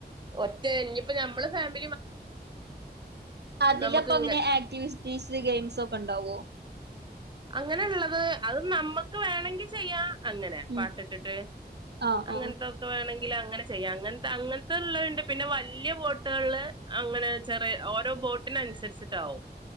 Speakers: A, on the right (about 25°); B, on the right (about 75°).
A: ഹ ഒ... ഇഞ് ഇപ്പ നമ്മള് ഫാമി
B: അതിലപ്പൊ
A: നമുക്ക്
B: അങ്ങനെ
A: ഇങ്ങ
B: ആക്ടിവിറ്റീസ് ഗെയിംസ് ഒക്കെ ഉണ്ടാവോ
A: അങ്ങനെള്ളത് അത് നമ്മക്ക് വേണെങ്കി ചെയ്യാ അങ്ങനെ
B: ഉം
A: പാട്ട് ട്ട്ട്ട്
B: ആഹ്
A: അങ്ങനത്തൊക്കെ
B: ആഹ്
A: വേണേ അങ്ങനെ ചെയ്യാം അങ്ങൻത്തെ അങ്ങൻത്തെള്ളണ്ട് പിന്നെ വല്യ ബോട്ടുകള് അങ്ങനെ ചെറിയ ഓരോ ബോട്ടിനനുസരിച്ചിട്ടാവും